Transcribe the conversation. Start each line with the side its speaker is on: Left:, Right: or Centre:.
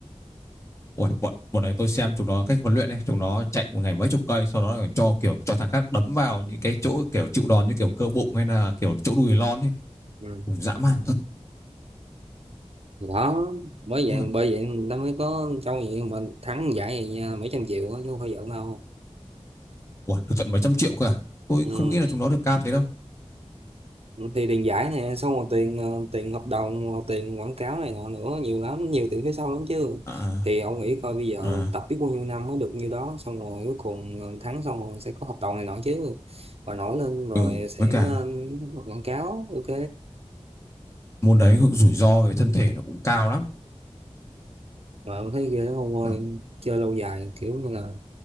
Left: Ui, bọn bọn đấy tôi xem chúng nó cách huấn luyện ấy, chúng nó chạy một ngày mấy chục cây sau đó còn cho kiểu cho thằng khác đấm vào những cái chỗ kiểu chịu đòn như kiểu cơ bụng hay là kiểu chỗ đùi lon ấy.
Right: ừ.
Left: Cũng dã man thật.
Right: Thì đó bởi vậy
Left: Ui,
Right: bởi vậy người ta mới có trâu vậy mà thắng giải vậy nha, mấy trăm triệu á, chứ không phải giỡn đâu
Left: Ui, được tận mấy trăm triệu cả, Tôi
Right: ừ.
Left: không nghĩ là chúng nó được cao thế đâu.
Right: thì tiền giải nè xong rồi tiền ờ, tiền hợp đồng rồi tiền quảng cáo này nọ nữa nhiều lắm nhiều tiền phía sau lắm chứ
Left: À
Right: thì ông nghĩ coi bây giờ
Left: à
Right: tập biết bao nhiêu năm mới được nhiêu đó xong rồi cuối cùng ờ, tháng xong rồi sẽ có hợp đồng này nọ chứ và nổi lên rồi
Left: ừ
Right: sẽ
Left: với cả
Right: ờ, quảng cáo ok
Left: môn đấy hưởng rủi ro về thân thể nó cũng cao lắm.
Right: mà tôi thấy ghê lắm ông ơi
Left: ừ
Right: chơi lâu dài kiểu như là